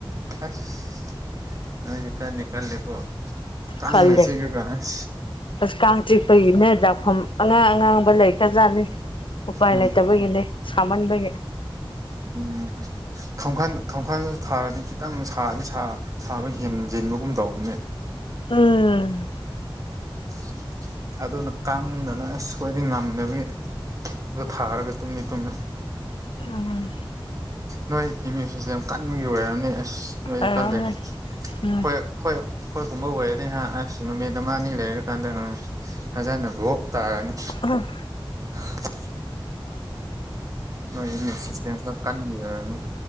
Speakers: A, on the right; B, on the left.
A: ꯑꯁ ꯅꯣꯏꯗꯤ ꯀꯟꯅꯤ ꯀꯜꯂꯦꯀꯣ ꯀꯥꯡꯅ
B: ꯈꯜꯂꯦ
A: ꯆꯤꯛꯔꯒꯥ ꯑꯁ
B: ꯑꯁ ꯀꯥꯡ ꯆꯤꯛꯄꯒꯤꯅꯦ ꯗꯥꯛꯐꯝ ꯑꯉꯥꯡ ꯑꯉꯥꯡꯕ ꯂꯩꯈ꯭ꯔꯖꯥꯠꯅꯤ ꯎꯄꯥꯏ
A: ꯎꯝ
B: ꯂꯩꯇꯕꯒꯤꯅꯦ ꯁꯥꯃꯟꯕꯒꯤ
A: ꯎꯝ ꯈꯝꯈꯜ ꯈꯝꯈꯜ ꯊꯥꯔꯗꯤ ꯈꯤꯇꯪ ꯁꯥꯔꯗꯤ ꯁꯥ ꯁꯥꯕ ꯍꯦꯟꯖꯤꯟꯕꯒꯨꯝ ꯇꯧꯕꯅꯦ
B: ꯎꯝ
A: <inaudible> ꯑꯗꯨꯅ ꯀꯥꯡꯗꯅ ꯑꯁ ꯈꯣꯏꯗꯤ ꯉꯝꯗꯕꯤ ꯑꯗꯣ ꯊꯥꯔꯒꯥ ꯇꯨꯝꯃꯤ ꯇꯨꯝꯃꯤ
B: ꯎꯝ
A: ꯅꯣꯏ ꯏꯃ꯭ꯌꯨꯟ ꯁꯤꯁꯇꯦꯝ ꯀꯟꯕꯒꯤ ꯑꯣꯏꯔꯝꯅꯤ ꯑꯁ ꯅꯣꯏꯗꯤ
B: ꯑꯣꯏꯔꯝꯅꯤ
A: ꯀꯟꯂꯦ
B: ꯎꯝ
A: ꯈꯣꯏ ꯍꯣꯏ ꯑꯈꯣꯏꯒꯨꯝꯕ ꯑꯣꯏꯔꯗꯤ ꯍꯥ ꯑꯁ ꯅꯨꯃꯤꯠ ꯑꯃ ꯑꯅꯤ ꯂꯩꯔꯀꯥꯟꯗ ꯎꯝ ꯐꯖꯅ ꯚꯣꯛ ꯇꯥꯔꯅꯤ
B: ꯎꯝ
A: ꯍꯥ ꯅꯣꯏ ꯏꯃ꯭ꯌꯨꯟ ꯁꯤꯁꯇꯦꯝ ꯈꯔ ꯀꯟꯕꯒꯤ ꯑꯣꯏꯔꯝꯅꯤ